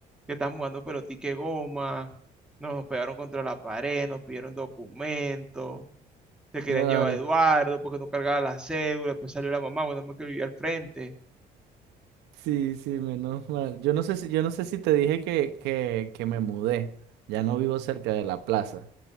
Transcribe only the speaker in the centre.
que estábamos jugando pelotique goma, no, nos pegaron contra la pared, nos pidieron documentos, se querían
llevar a Eduardo porque no cargaba la cédula, después salió la mamá, bueno, me que vivía al frente.